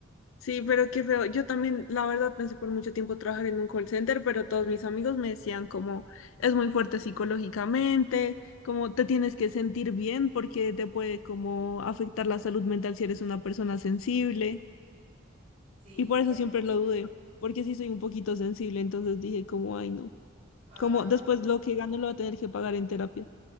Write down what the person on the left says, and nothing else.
sí, pero qué feo. Yo también, la verdad, pensé por mucho tiempo trabajar en un call center, pero todos mis amigos me decían como, es muy fuerte psicológicamente, como te tienes que sentir bien porque te puede como afectar la salud mental si eres una persona sensible.
Y por
eso siempre lo dudé, porque sí soy un poquito sensible, entonces dije como, ay, no.
Como después lo que gano lo voy a tener que pagar en terapia.